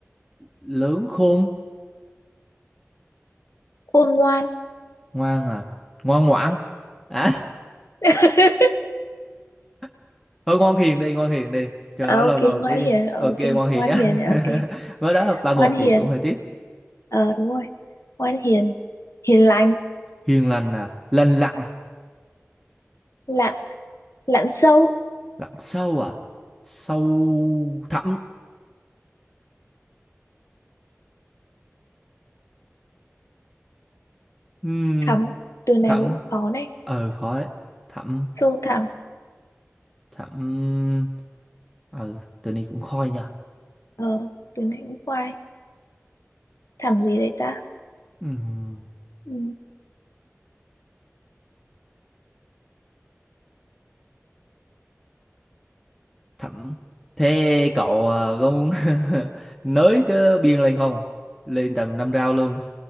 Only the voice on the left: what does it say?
khôn ngoan
<laughs>
Ờ,
ok
ngoan
hiền Ờ,
ok
ngoan
hiền Ờ, ok
ngoan hiền
ờ đúng rồi ngoan hiền hiền lành
lặn lặn sâu
thẳm từ này
cũng khó này
sâu thẳm
ờ từ này cũng khoai thẳm gì đấy ta
ừ.